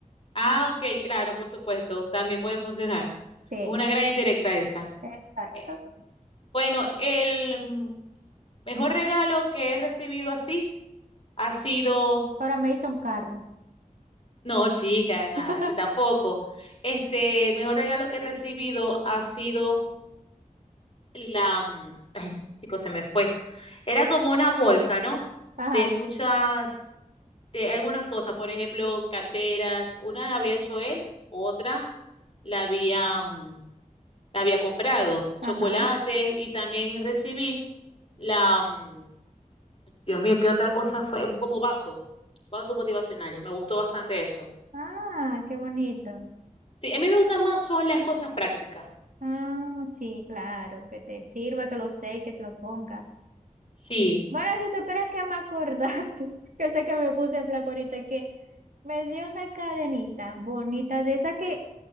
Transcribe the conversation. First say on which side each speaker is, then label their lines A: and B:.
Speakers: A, on the left (about 40°); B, on the right (about 70°).
A: Ah, ok, claro, por supuesto, también puede funcionar.
B: Sí,
A: Es una gran indirecta esa.
B: exacto.
A: Eh, Bueno, el mm, mejor regalo que he recibido así ha sido,
B: Ahora me hizo un carro.
A: no, chica, nada,
B: <laughs>
A: así tampoco. Este, el mejor regalo que he recibido ha sido la, mm, ay, chicos, se me fue. Era como una bolsa, ¿no?
B: Ajá,
A: De muchas, de algunas cosas, por ejemplo, carteras. Unas había hecho él, otra la había mm, había comprado
B: ajá.
A: chocolates y también recibí la, mm, Dios mío, ¿qué otra cosa fue? Como vasos, vasos motivacionales. Me gustó bastante eso.
B: Ah, qué bonito.
A: Sí, a mí me gustan más son las cosas prácticas.
B: Ah, sí, claro, que te sirva, que lo sé, que te lo pongas.
A: Sí.
B: Mara, si supieras que me acordaste, <laughs> que sé que me puse en flaco ahorita, que me dio una cadenita bonita de esas que